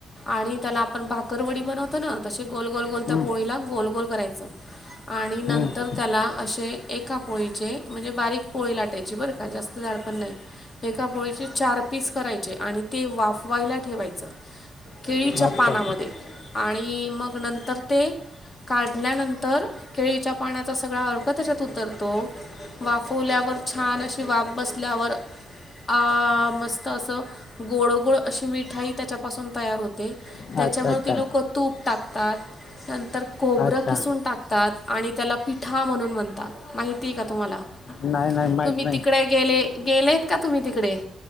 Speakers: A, on the left (about 30°); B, on the left (about 50°).
A: आणि त्याला आपण भाकरवडी बनवतो ना तसे गोल गोल गोल
B: हम्म
A: त्या पोळीला गोल गोल करायचं. आणि नंतर
B: हम्म
A: त्याला असे. एका पोळीचे म्हणजे बारीक पोळी लाटायची बरं का जास्त झाड पण नाही. एका पोळीचे चार पीस करायचे आणि ते वाफवायला ठेवायचं. केळीच्या
B: अच्छा
A: पानामध्ये आणि मग नंतर ते. काढल्यानंतर केळीच्या पाण्याचा सगळा अर्क त्याच्यात उतरतो. वाफवल्यावर छान अशी वाफ बसल्यावर. अ मस्त असं गोड गोड अशी मिठाई त्याच्यापासून तयार होते.
B: अच्छा
A: त्याच्यावरती
B: अच्छा
A: लोक तूप टाकतात नंतर खोबरं
B: अच्छा
A: किसून टाकतात. आणि त्याला पिठा म्हणून म्हणतात माहितीय का तुम्हाला.
B: नाही नाही माहीत
A: तुम्ही
B: नाही
A: तिकडे गेले गेलेत का तुम्ही तिकडे.